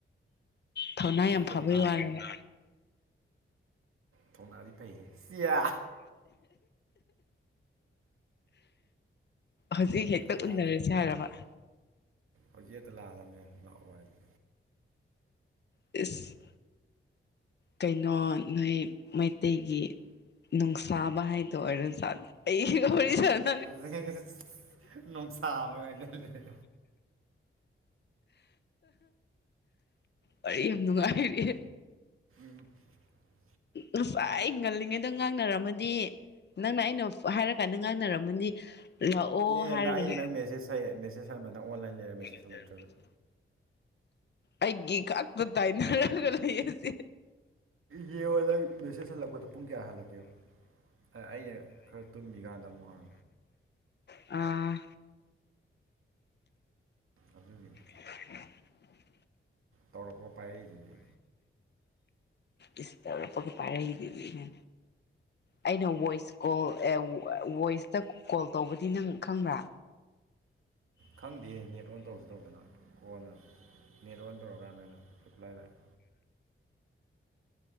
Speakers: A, on the left; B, on the right.
A: ꯊꯧꯅꯥ
B: ꯃꯩꯒ
A: ꯌꯥꯝ ꯐꯕꯩ
B: ꯉꯥꯟꯗ꯭ꯔꯦ
A: ꯋꯥꯔꯕ
B: ꯊꯧꯅꯥꯗꯤ ꯐꯩꯍꯦ ꯁꯤꯌꯥ
A: ꯍꯧꯖꯤꯛ ꯍꯦꯛꯇ
B: ꯊꯣꯡꯅꯥꯗꯤ
A: ꯎꯅꯔꯁꯦ ꯍꯥꯏꯔꯕ
B: ꯍꯧꯖꯤꯛ ꯍꯦꯠꯇ ꯂꯥꯛꯑꯗꯕꯅꯦ ꯂꯥꯛꯑꯣ ꯍꯥꯏꯔꯗꯤ
A: ꯏꯁ ꯀꯩꯅꯣ ꯅꯣꯏ ꯃꯩꯇꯩꯒꯤ ꯅꯨꯡꯁꯥꯕ ꯍꯥꯏꯗꯣ ꯑꯣꯏꯔꯁꯨ ꯑꯩ <unintelligible>
B: <unintelligible> ꯅꯨꯡꯁꯥꯕꯒ ꯍꯥꯢꯖꯤꯜꯂꯤ
A: ꯋꯥꯔꯤ ꯌꯥꯝ ꯅꯨꯡꯉꯥꯏꯔꯤꯌꯦ
B: <unintelligible>
A: ꯉꯁꯥꯢ ꯉꯜꯂꯤꯉꯩꯗ ꯉꯥꯡꯅꯔꯝꯃꯗꯤ ꯅꯪꯅ ꯑꯩꯅ ꯍꯥꯏꯔ ꯀꯥꯟꯗ ꯉꯥꯡꯅꯔꯝꯃꯗꯤ ꯂꯥꯛꯑꯣ
B: ꯑꯦ
A: ꯍꯥꯏꯔꯒ
B: ꯅꯪ ꯑꯩꯅ ꯅꯪ ꯃꯦꯁꯦꯖ ꯍꯥꯏ ꯃꯦꯁꯦꯖ ꯍꯟꯕ ꯅꯪ ꯑꯣꯟꯂꯥꯏꯟ ꯂꯩꯔ ꯃꯦꯁꯦꯖ
A: <unintelligible>
B: ꯍꯜꯂꯛꯇ꯭ꯔꯒ
A: ꯑꯩꯒꯤ ꯈꯛꯇ ꯇꯥꯏꯅꯔꯒ ꯂꯩꯌꯦꯁꯤ
B: ꯌꯦꯡꯉꯣ ꯅꯪ ꯃꯦꯁꯦꯖ ꯍꯜꯂꯛꯄꯗꯣ ꯄꯨꯡ ꯀꯌꯥ ꯍꯜꯂꯛꯀꯦ ꯌꯦꯡꯉꯣ ꯑꯩꯅ ꯈꯔ ꯇꯨꯝꯃꯤꯒꯥꯟꯗ ꯑꯃꯨꯛ <unintelligible>
A: ꯑꯥ
B: ꯑꯗꯨꯒꯤꯅꯤ
A: <unintelligible>
B: ꯇꯧꯔꯛꯄꯒ ꯄꯥꯢꯔꯛꯢꯗꯨꯅꯤ
A: ꯏꯁ ꯇꯩꯔꯛꯄꯒ ꯄꯥꯢꯔꯛꯗꯨꯅꯤ ꯒꯥꯏꯅ ꯑꯩꯅ ꯋꯣꯏꯁ ꯀꯣꯜ ꯋꯣꯏꯁꯇ ꯀꯣꯜ ꯇꯧꯕꯗꯤ ꯅꯪ ꯈꯪꯕ꯭ꯔꯥ
B: ꯈꯪꯗꯦ ꯅꯦꯠ ꯑꯣꯟ ꯇꯧꯁꯨ ꯇꯧꯗꯅ ꯀꯣꯟꯅ ꯅꯦꯠ ꯑꯣꯟ ꯇꯧꯔꯀꯥꯟꯗ ꯑꯣꯢꯅ ꯔꯤꯄ꯭ꯂꯥꯏ ꯂꯥꯛꯑꯦ